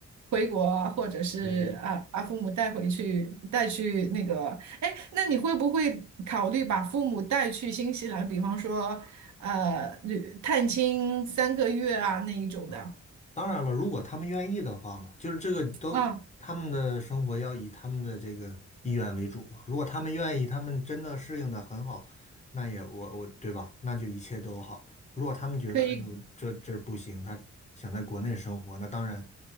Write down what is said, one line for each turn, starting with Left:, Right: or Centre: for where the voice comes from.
Right: 回国啊或者是啊，
Left: 对，
Right: 把父母带回去，带去那个，哎，那你会不会考虑把父母带去新西兰，比方说呃旅探亲三个月啊那一种的
Left: 啊，当然了，如果他们愿意的话嘛，就是这个都他们的生活要以他们的这个意愿为主嘛。
Right: 啊？
Left: 如果他们愿意，他们真的适应的很好，那也我我对吧？那就一切都好。如果他们觉得哎呦这这不行，
Right: 可以，
Left: 他想在国内生活，那当然